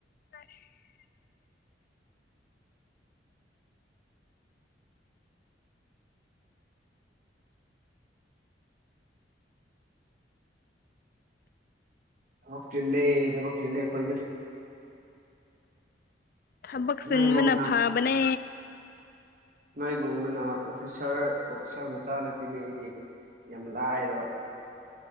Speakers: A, on the left; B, on the right.
A: ꯑꯁ
B: ꯊꯕꯛ ꯆꯤꯂꯦ ꯊꯕꯛ ꯆꯤꯂꯦ ꯑꯩꯈꯣꯏꯗꯤ
A: ꯊꯕꯛ
B: ꯅꯣꯏꯒꯨꯝꯅ
A: ꯆꯤꯟꯕꯅ ꯐꯥꯕꯅꯦ
B: ꯅꯣꯏꯒꯨꯝꯕꯅ ꯑꯣꯐꯤꯁꯥꯔ ꯑꯣꯐꯤꯁꯥꯔ ꯃꯆꯥ ꯅꯠꯇꯦꯅꯦ ꯑꯩꯗꯤ ꯌꯥꯝ ꯂꯥꯏꯔꯕ